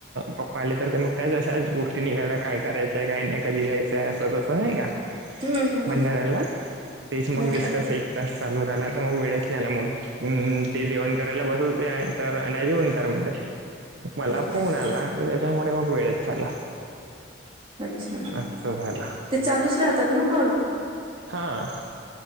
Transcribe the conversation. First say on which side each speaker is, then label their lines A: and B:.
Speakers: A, on the right; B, on the right.
A: पप्पा आले तर ते मग त्याच अशाच गोष्टी निघायल्या काय करायचं काय नाही कधी जायचंय असं होय का
B: हम्म हम्म
A: भंडारला, तेच मग
B: हम्म
A: डिस्कस
B: हम्म
A: तास चालू राहिला तर मग वेळेतच नाही ना मोडत हम्म ते जेवण करायला बसत होते तर अ जेवणकार म्हणत मला
B: हम्म
A: फोन आला त्याच्यामुळे मग वेळच झाला
B: अच्छा
A: असत झाला
B: ते चालूच राहतात ना कॉल?
A: हं